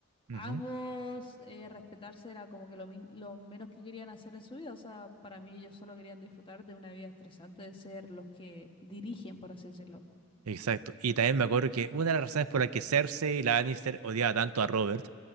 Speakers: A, on the right; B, on the left.
A: Ujú.
B: ambos eh, respetarse era como que lo, min- lo menos que querían hacer en su vida. O sea, para mí ellos solo querían disfrutar de una vida estresante, de ser los que dirigen, por así decirlo.
A: Exacto. Y también me acuerdo que una de las razones por las que Cersei y la Lannister odiaba tanto a Robert